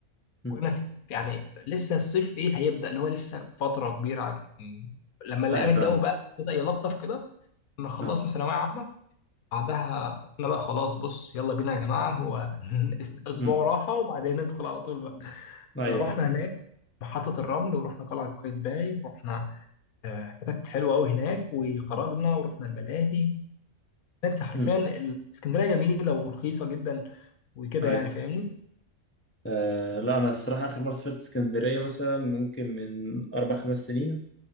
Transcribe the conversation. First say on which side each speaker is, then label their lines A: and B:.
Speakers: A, on the left; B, on the left.
A: مم.
B: كنا في... يعني لسه الصيف ايه هيبدأ اللي هو لسه فتره كبيره يعني لما لقينا
A: ايوه فاهمك
B: الجو بقى بدأ يلطف كده كنا خلصنا
A: اه
B: ثانويه عامه بعدها قلنا بقى خلاص بص يلا بينا يا جماعه هو <laughs> اسبوع
A: مم.
B: راحه وبعدين ندخل على طول بقى
A: ايوه
B: فرحنا هناك محطة الرمل ورحنا قلعة قايتباي ورحنا آه، حتت حلوه قوي هناك وخرجنا
A: مم.
B: ورحنا الملاهي انت حرفيا
A: مم.
B: الاسكندريه جميله ورخيصه جدا وكده
A: ايوه
B: يعني فاهمني
A: أه لا انا الصراحه اخر مره سافرت اسكندريه مثلا ممكن من اربع خمس سنين